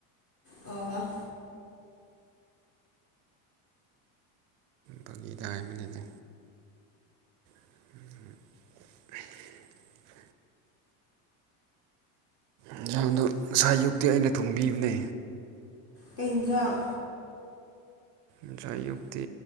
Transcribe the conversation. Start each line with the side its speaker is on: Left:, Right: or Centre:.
Left: ꯑꯣ
Right: ꯐꯒꯤꯗ ꯍꯥꯏꯕꯅꯤꯗ <inaudible> ꯏꯟꯖꯥꯡꯗꯣ ꯉꯁꯥꯏ ꯑꯌꯨꯛꯇꯤ ꯑꯩꯅ ꯊꯣꯡꯕꯤꯕꯅꯦ
Left: ꯀꯩ ꯏꯟꯖꯥꯡ
Right: ꯉꯁꯥꯏ ꯑꯌꯨꯛꯇꯤ